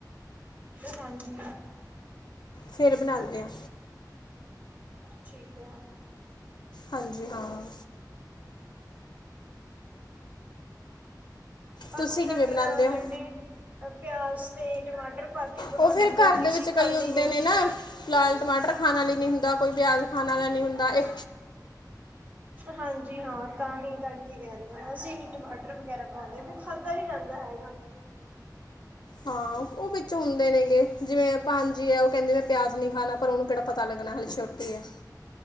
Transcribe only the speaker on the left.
ਫਿਰ ਬਣਾਉਂਦੇ ਹਾਂ।
ਹਾਂਜੀ, ਹਾਂ। ਤੁਸੀਂ
ਕਿਵੇਂ
ਬਣਾਉਂਦੇ ਹੋ
ਉਹ ਫਿਰ
ਘਰ ਦੇ
ਵਿੱਚ ਕਈ
ਹੁੰਦੇ
ਨੇ ਨਾ ਲਾਲ ਟਮਾਟਰ ਖਾਣ ਵਾਲੇ ਨੀ ਹੁੰਦਾ, ਕੋਈ ਪਿਆਜ ਖਾਣ ਵਾਲਾ ਨੀ ਹੁੰਦਾ ਇਹ
ਹਾਂ, ਉਹ ਵਿੱਚੋਂ ਹੁੰਦੇ ਨੇ ਗਏ। ਜਿਵੇਂ ਭਾਂਜੀ ਆ ਉਹ ਕਹਿੰਦੇ ਮੈਂ ਪਿਆਜ ਨੀ ਖਾਣਾ ਪਰ ਉਹਨੂੰ ਕਿਹੜਾ ਪਤਾ ਲੱਗਣਾ ਹਲੇ ਛੋਟੀ ਹੈ।